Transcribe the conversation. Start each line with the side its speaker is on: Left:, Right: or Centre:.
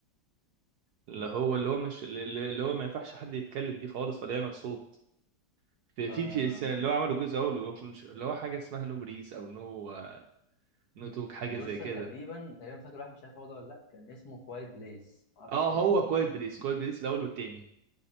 Right: اللي هو اللي هو مش اللي اللي هو ما ينفعش حد يتكلم دي خالص ولا يعمل صوت في
Left: آم،
Right: في في إنسان اللي هو عملوا جزء اول وبلونش- اللي هو حاجه اسمها نو بريس او نو نو توك حاجه
Left: بص
Right: زي كده
Left: أنا تقريبا تقريبا فاكر واحد مش عارف هو ده ولا لا كان اسمه كوايت بليس معرفش
Right: اه
Left: هو
Right: هو كويت
Left: ده ولا لأ.
Right: بليس كويت بليس الاول والتاني